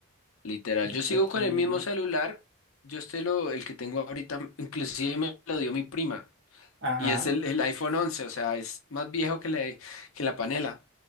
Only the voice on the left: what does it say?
literal.
Yo sigo
con el mismo celular, yo este lo, el que tengo ahorita, inclusive me lo dio mi prima,
y es el, el iPhone once o sea, es más viejo que la, que la panela.